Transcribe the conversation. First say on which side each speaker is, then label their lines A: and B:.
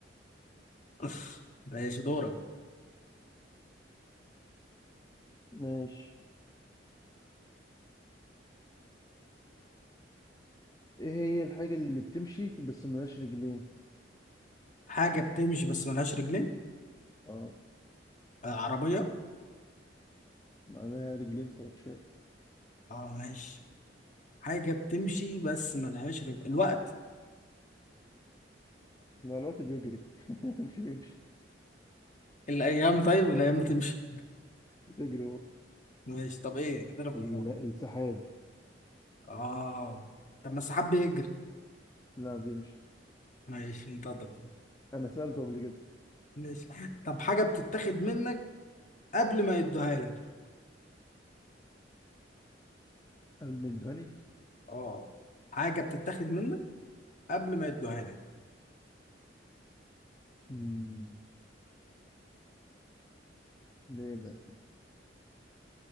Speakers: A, on the left; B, on the left.
A: <laughs> ماشي دورك
B: <laughs> ماشي ايه هي الحاجة اللي بتمشي بس ملهاش رجلين
A: حاجة بتمشي بس ملهاش رجلين
B: اه
A: آه، عربية
B: معناها رجلين فوتشات
A: اه ماشي حاجة بتمشي بس ملهاش رجل الوقت
B: لا الوقت بيجري <laughs> مش بيمشي
A: الأيام طيب الأيام بتمشي
B: بتجري برضه
A: ماشي طب إيه اضرب
B: ال-
A: حمار
B: السحاب
A: اه طب ما السحاب بيجري
B: لا بيمشي
A: ماشي انتظر
B: انا سالته قبل كده
A: <laughs> ماشي طب حاجة بتتاخد منك قبل ما يدوها لك
B: قال المندهاني
A: اه حاجة بتتاخد منك قبل ما يدوها لك
B: مم، ده ايه ده